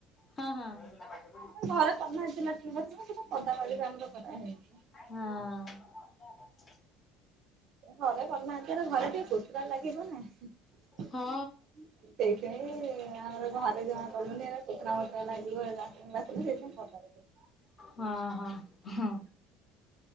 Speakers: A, on the left; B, on the right.
A: ହଁ ହଁ
B: ଆମର ଘରେ କରିନାହାନ୍ତି ଲାଟିନ୍ ବାଥରୁମ୍ କିନ୍ତୁ ପଦା ବାଡିରେ ଆମର କରାହେଇଚି।
A: ହଁ
B: ଘରେ କରିନାହାନ୍ତି ଏରା ଘରେ ଟିକେ କୋତରା ଲାଗିବ ନା। ସେଇଥି
A: ହଁ
B: ପାଇଁ ଆମର ଘରେ ଯାହା କଲୁନି ହେରା କୋତ୍ରା ମୋତ୍ରା ଲାଗିବ ହେ ଲାଟିନ୍ ବାଥରୁମ୍ ସେଥିପାଇଁ ପଦାରେ କଲୁ।
A: ହଁ ହଁ।